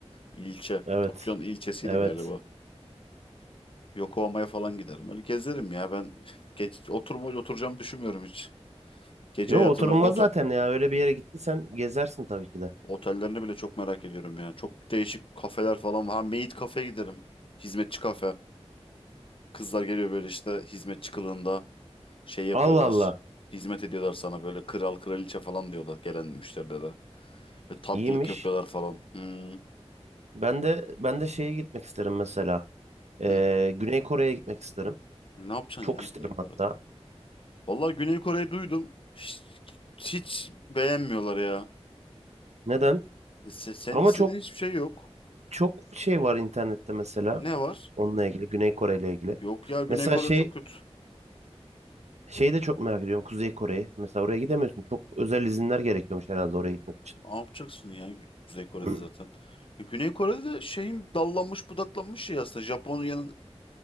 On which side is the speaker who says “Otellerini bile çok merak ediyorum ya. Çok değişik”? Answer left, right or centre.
Left